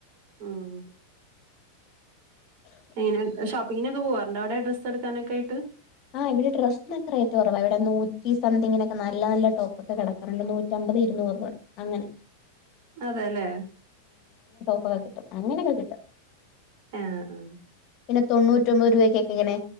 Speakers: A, on the right (about 45°); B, on the left (about 40°).
A: ആഹ എങ്ങനെ ഷോപ്പിങ്ങിനൊക്കെ പോവാറണ്ട് അവിടെ ഡ്രസ്സ് എടുക്കാനൊക്കെ ആയിട്ട്
B: ആഹ് ഇവി ഡ്രസ് നൊക്കെ റേറ്റ് കൊറവ ഇവടെ നൂറ്റി സംതിങ്ങിനൊക്കെ നല്ല നല്ല ടോപ്പ് ഒക്കെ കെടക്ക്ണ് ണ്ട് നൂറ്റമ്പത് ഇരുന്നൂർ അങ്ങനെ
A: അതെല്ലേ
B: ഓ കിട്ടും അങ്ങനൊക്കെ കിട്ടും
A: ആഹ് ആ
B: പിന്നെ തൊണ്ണൂറ്റൊമ്പത് രൂപയ്ക്കൊക്കെ ഇങ്ങനെ